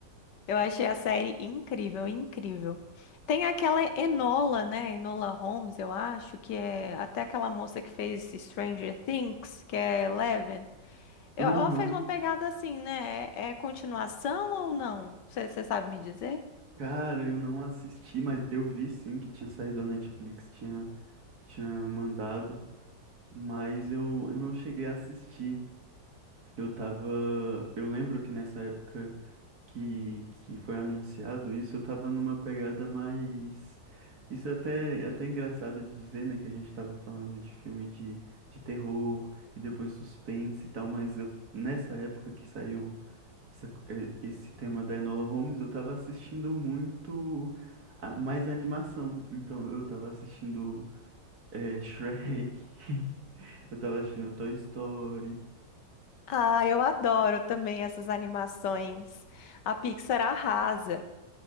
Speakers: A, on the left; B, on the right.
A: Eu achei a série incrível, incrível. Tem aquela Enola, né? Enola Holmes, eu acho, que é até aquela moça que fez Stranger Things, que é Eleven. Eu-
B: Aham.
A: ela fez uma pegada assim, né? É, é continuação ou não? Você sabe me dizer?
B: Cara, eu não assisti, mas eu vi sim que tinha saído da Netflix, tinha, tinha mandado, mas eu, eu não cheguei a assistir. Eu tava. Eu lembro que nessa época que, que foi anunciado isso, eu tava numa pegada mais. Isso é até, é até engraçado de dizer, né? Que a gente tava falando de filme de, de terror e depois suspense e tal, mas eu, nessa época que saiu. Essa- é- esse tema da Enola Holmes, eu tava assistindo muito a- mais animação. Então eu tava assistindo é, Shrek, <laughs> eu tava assistindo Toy Story.
A: Ah, eu adoro também essas animações. A Pixar arrasa.